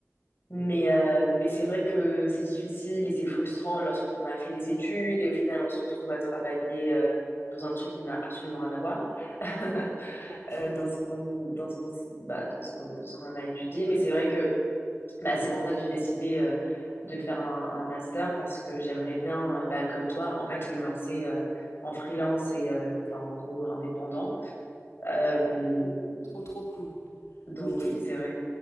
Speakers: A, on the left; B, on the left.
A: Mais euh, mais c'est vrai que c'est difficile et c'est frustrant lorsqu'on a fait des études et au final, on se retrouve à travailler euh, dans un truc qui n'a absolument rien à voir <laughs>
B: Ouais, je comprends, je
A: euh,
B: comprends.
A: dans ce qu'on dans ce qu'on s- bah dans ce qu'on ce qu'on a étudié. Mais c'est vrai que bah, c'est pour ça que j'ai décidé euh, de faire un, un master parce que j'aimerais bien, euh, bah, comme toi, en fait, me lancer euh, en freelance et euh, enfin, en gros, indépendant. Euh,
B: Trop cool. Trop, trop cool.
A: donc
B: Mais du
A: oui,
B: coup,
A: c'est vrai.